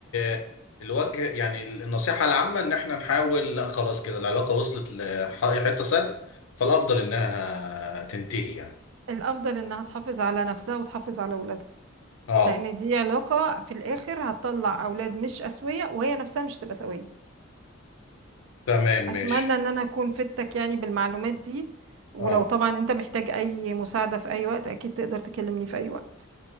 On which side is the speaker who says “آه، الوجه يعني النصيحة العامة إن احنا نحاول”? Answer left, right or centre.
Left